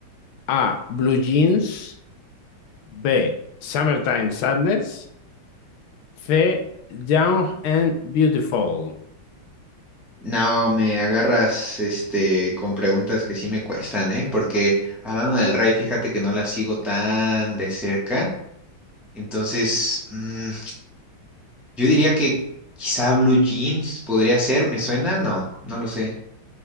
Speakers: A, on the left; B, in the centre.
A: A. Blue Jeans. B. Summertime Sadness. C. Young and Beautiful.
B: No, me agarras este con preguntas que sí me cuestan, ¿eh? Porque hablando del Rai, fíjate que no la sigo tan de cerca. Entonces, mm, yo diría que quizá Blue Jeans podría ser, ¿me suena? No, no lo sé.